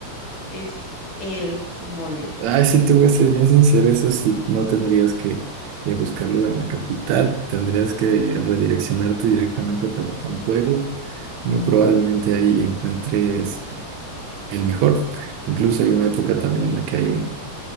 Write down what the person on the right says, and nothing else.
Ay, sí, te voy a ser bien sincero, eso sí, no tendrías que eh, buscarlo en la capital, tendrías que redireccionarte directamente a Tehuacán, Puebla. Muy probablemente ahí encuentres el mejor. Incluso hay una época también en la que hay un